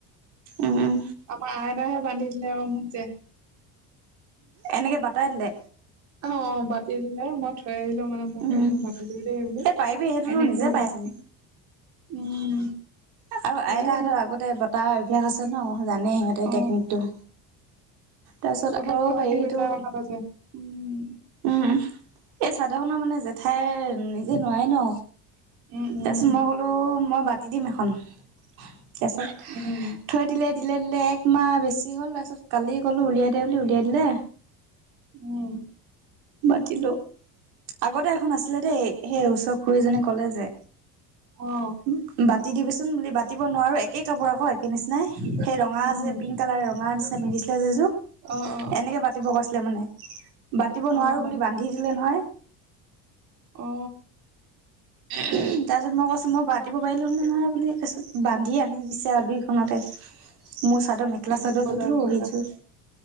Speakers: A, on the right; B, on the right.
A: উম উম
B: আমাৰ আইতাইহে বান্ধি দিলে আকৌ মোক যে
A: এনেকে বাটাই দিলে।
B: অ, বাটি দিলে। মই থৈ আহিলো মানে মোক
A: উম
B: এখন বাটি দিবি দেই বুলি।
A: এই পাৰিবি সেইটোতো
B: এনেই
A: নিজে
B: বহি
A: পাইচোন
B: লং উম।
A: আৰু আইতাহঁতৰ
B: বাৰু
A: আগতে বটাৰ অভ্যাস আছে ন। জানেই সিহঁতে
B: অ
A: টেকনিকটো। তাৰছত
B: পতককে
A: আৰু
B: বাতি
A: হেইটো
B: <unintelligible> উম।
A: উম, এই চাদৰখনৰ মানে জেঠাই নিজে নোৱাৰে ন।
B: উম উম
A: তাৰছত মই বোলো মই বাটি দিম এখন। তাৰছত
B: উম।
A: থৈ দিলে দিলে দিলে একমাহ বেছি হ'ল। তাৰপিছত কালি ক'লো উলিয়াই দে বুলি, উলিয়াই দিলে।
B: উম।
A: বাটিলো। আগতে এখন আছিলে দেই। সেই ওচৰ খুৰীজনী কলে যে
B: অ
A: উ বাটি দিবিচোন বুলি বাটিব নোৱাৰো। একে কাপোৰ আকৌ একে নিচিনাই সেই ৰঙা
B: উম
A: যে পিংক কালাৰ ৰঙা নিচিনা পিন্ধিছিলে যে এযোৰ
B: অ অ
A: এনেকে বাটিব কৈছিলে মানে। বাট বাটিব
B: অ অ
A: নোৱাৰো বুলি বান্ধি দিলে নহয়।
B: অ
A: তাৰপিছত মই কৈছো মই বাটিব পাৰিলো হয় নহয় বুলি। তাছত বান্ধি আনি দিছে আৰু দুইখনতে। মোৰ চাদৰ মেখেলা
B: এনে
A: চাদৰ
B: গ'ল
A: যোৰটো
B: আৰু পইচা
A: সেইযোৰ।